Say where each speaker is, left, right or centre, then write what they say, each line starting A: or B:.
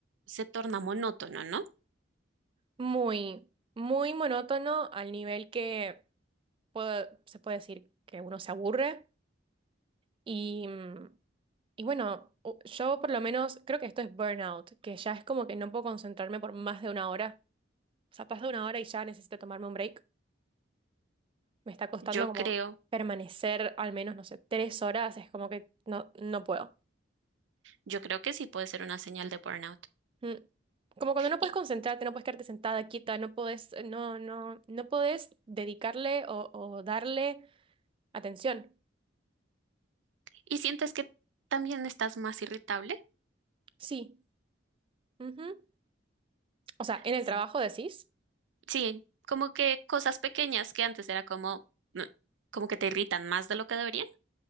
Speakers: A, on the right; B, on the right.
A: se torna monótono, ¿no?
B: Muy, muy monótono al nivel que puedo- se puede decir que uno se aburre y, mm, y bueno, u- yo por lo menos creo que esto es burnout, que ya es como que no puedo concentrarme por más de una hora. O sea, pasa una hora y ya necesito tomarme un break. Me está costando
A: Yo creo,
B: como permanecer al menos, no sé, tres horas, es como que no, no puedo.
A: yo creo que sí puede ser una señal de burnout.
B: Mm. Como cuando no puedes
A: ¿Y,
B: concentrarte, no puedes quedarte sentada, quieta, no puedes, no, no, no puedes dedicarle o, o darle atención.
A: y sientes que también estás más irritable?
B: Sí. Ujú. O sea, en
A: Sí.
B: el trabajo decís.
A: Sí, como que cosas pequeñas que antes era como, mm, como que te irritan más de lo que deberían.